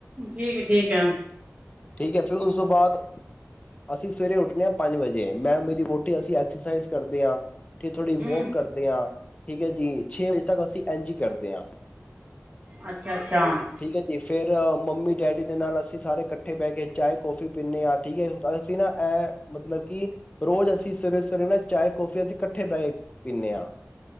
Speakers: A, on the right; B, on the left.
A: ਠੀਕ ਠੀਕ ਐ।
B: ਠੀਕ ਐ ਫਿਰ ਉਸ ਤੋਂ ਬਾਅਦ ਅਸੀਂ ਸਵੇਰੇ ਉੱਠਣੇ ਹਾਂ ਪੰਜ ਵੱਜੇ ਮੈਂ ਮੇਰੀ ਵਹੁਟੀ ਅਸੀਂ ਐਕਸਰਸਾਈਜ਼ ਕਰਦੇ ਆ। ਕੀ ਥੋੜ੍ਹੀ
A: ਹਮ
B: ਵੋਕ ਕਰਦੇ ਆ। ਠੀਕ ਐ ਜ ਜੀ ਛੇ ਵਜੇ ਤੱਕ ਅਸੀਂ, ਇੰਜ ਈ ਕਰਦੇ ਆ।
A: ਅੱਛਾ ਅੱਛਾ
B: ਠੀਕ ਐ ਜੀ ਫਿ ਫੇਰ ਮੰਮੀ ਡੈਡੀ ਦੇ ਨਾਲ ਅਸੀਂ ਸਾਰੇ ਇਕੱਠੇ ਬਹਿ ਕੇ, ਚਾਹੇ ਕੌਫੀ ਪੀਂਨੇ ਆ ਠੀਕ ਐ ਜੀ ਅਸੀਂ ਨਾ ਐ ਮਤਲਬ ਕਿ ਰੋਜ਼ ਅਸੀਂ ਸਵੇਰੇ ਸਵੇਰੇ ਨਾ ਚਾਏ ਕੌਫੀ ਅੱਜ ਇਕੱਠੇ ਬਹਿ ਕੇ ਪੀਂਨੇ ਆ।